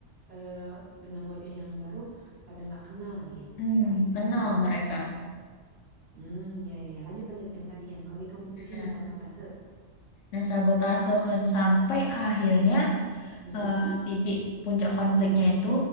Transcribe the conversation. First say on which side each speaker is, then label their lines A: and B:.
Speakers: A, on the right (about 50°); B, on the left (about 75°).
A: eh, dengan wajah yang baru pada nggak kenal gitu
B: Hmm,
A: kirain
B: kenal
A: kayak gitu
B: mereka.
A: Hmm, ya, ya, ya. Lanjut, lanjut. Yang tadi, yang lagi kompetisi
B: Nah,
A: nih, sabotase.
B: nah, sabotase kan sampai akhirnya
A: Mm-mm,
B: eh, titik puncak konfliknya itu